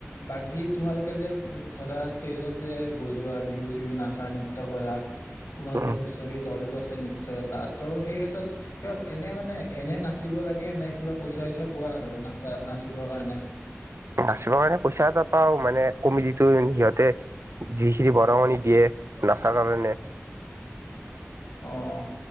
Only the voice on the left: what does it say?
বাকী তোমালোকে যে ধৰা ষ্টেজত যে বজোৱা বিহু চিহু নাচা নৃত্য কৰা তোমালোকৰু
ধৰি দলো আছে নিশ্চয় তাত তো সেই ক্ষেত্ৰত কিবা এনে মানে এনে নাচিব লাগে এনে কিবা পইচা চইচা পোৱা আৰু নাচা নাচিবৰ কাৰণে
অহ।